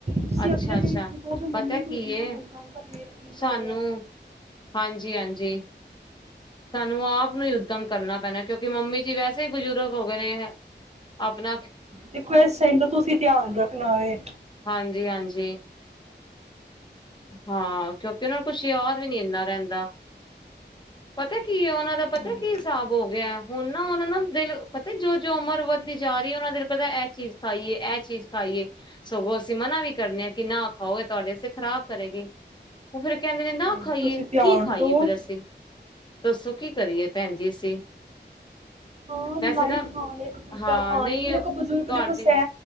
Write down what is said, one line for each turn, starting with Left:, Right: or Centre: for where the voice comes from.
Right: ਤੁਸੀਂ
Left: ਅੱਛਾ-ਅੱਛਾ।
Right: ਅਗਲੇ ਦਿਨ ਹੀ ਕਹੋਗੇ ਮੰਮੀ
Left: ਪਤਾ ਕੀ
Right: ਨੂੰ ਇੰਨਾ
Left: ਏ
Right: ਹਲਕਾ- ਹਲਕਾ ਪੇਟ ਫੀਲ
Left: ਸਾਨੂੰ
Right: ਹੋ ਰਿਹਾ।
Left: ਹਾਂਜੀ-ਹਾਂਜੀ। ਸਾਨੂੰ ਆਪ ਨੂੰ ਹੀ ੳਦੱਮ ਕਰਨਾ ਪੈਣਾ ਕਿਉਂਕਿ ਮੰਮੀ ਜੀ ਵੈਸੇ ਹੀ ਬਜ਼ੁਰਗ ਹੋ ਗਏ ਨੇ ਅਪਣਾ
Right: ਦੇਖੋ ਇਸ ਟਾਈਮ ਦਾ ਤੁਸੀਂ ਧਿਆਨ ਰੱਖਣਾ ਏ।
Left: ਹਾਂਜੀ- ਹਾਂਜੀ ਹਾਂ, ਕਿਉਂਕਿ ਉਹਨਾ ਨੂੰ ਕੁਛ ਯਾਦ ਵੀ ਨੀ ਇੰਨਾ ਰਹਿੰਦਾ। ਪਤਾ ਕੀ ਕੀ ਹੈ, ਉਹਨਾਂ ਦਾ ਪਤਾ
Right: ਹਾਂਜੀ
Left: ਕੀ ਹਿਸਾਬ ਹੋ ਗਿਆ ਹੁਣ ਨਾ ਉਹਨਾਂ ਨੂੰ ਦਿਲ ਪਤਾ ਜੋ ਜੋ ਉਮਰ ਵੱਧਦੀ ਜਾ ਰਹੀ ਹੈ ਉਹਨਾਂ ਦਿਲ ਕਰਦਾ ਇਹ ਚੀਜ਼ ਖਾਈਏ, ਇਹ ਚੀਜ਼ ਖਾਈਏ। ਸਗੋਂ ਅਸੀ ਮਨਾ ਵੀ ਕਰਦੇ ਹਾਂ ਕਿ ਨਾ ਖਾਓ ਇਹ ਤੁਹਾਡੇ ਵਾਸਤੇ ਖ਼ਰਾਬ ਕਰੇਗੀ। ਉਹ ਫੇਰ ਕਹਿੰਦੇ ਨੇ ਨਾ ਖਾਈਏ,
Right: ਜੀ, ਤੁਸੀਂ ਧਿਆਨ
Left: ਕੀ ਖਾਈਏ
Right: ਦਿਓ
Left: ਫੇਰ ਅਸੀ? ਦੱਸੋ ਕੀ ਕਰੀਏ ਭੈਣ ਜੀ ਅਸੀਂ।
Right: ਖਾਨ
Left: ਵੈਸੇ
Right: ਲਾਈਟ
Left: ਨਾ
Right: ਖਾਨ, ਇੱਕ ਫੁਲਕਾ
Left: ਹਾਂ
Right: ਖਾਨ।
Left: ਨਹੀਂ
Right: ਦੇਖੋ ਬਜ਼ੁਰਗ
Left: ਤੁਹਾਡੇ
Right: ਦੇਖੋ ਸੈ